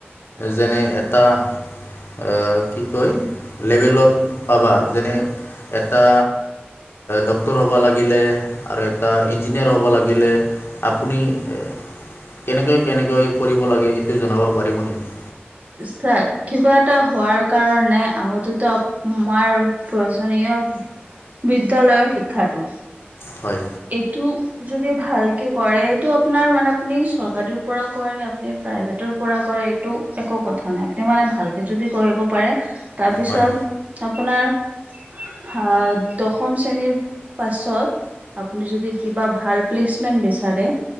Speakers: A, on the left (about 75°); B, on the right (about 40°).
A: যেনে এ টা এ, কি কয় লেভেলত পাবা যেনে এটা ডক্তৰ হ'ব লাগ গিলে আৰু এটা ইঞ্জিনিয়াৰ হ'ব লাগিলে আপুনি এ কেনেকে কেনেকৈ পৰিব লাগে সেইটো জনাব পাৰিব নেকি?
B: চাক কিবা এটা হোৱাৰ কাৰণে আগতেতো আ-আমাৰ প্ৰয়োজনীয় বিদ্যালয়ৰ শিক্ষাটো।
A: হয়।
B: এইটো যদি ভালকে কৰে, এইটো আপোনাৰ মানে আপুনি চৰকাৰীৰ পৰা কৰে নে প্ৰাইভেটৰ পৰা কৰে এইটো একো কথা নাই, তেওঁ মানে ভালকে যদি কৰিব পাৰে তাৰপিছত
A: হয়
B: আপোনাৰ আহ, দশম শ্ৰেণীৰ পাছত আপুনি যদি কিবা ভাল প্লিছমেন বিচাৰে